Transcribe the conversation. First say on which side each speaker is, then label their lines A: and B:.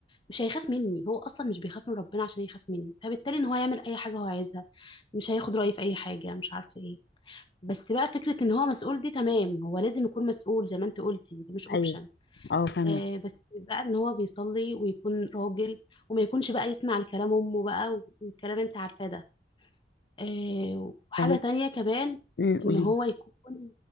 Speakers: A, on the left; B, on the left.
A: مش هيخاف مني هو اصلا مش بيخاف من ربنا عشان يخاف مني فبالتالي ان هو يعمل اي حاجه هو عايزها مش هياخد رايي في اي حاجه مش عارفه ايه بس بقى فكرة ان هو مسؤول دي تمام هو لازم يكون مسؤول زي ما انت قلتي دي مش اوبشن
B: ايوه اه فاهمك
A: آه بس بقى ان هو بيصلي ويكون راجل وما يكونش بقى يسمع لكلام امه بقى والكلام انت عارفاه ده آه وحاجة
B: فاهمك
A: تانية كمان
B: امم قولي
A: ان هو
B: لي
A: يكون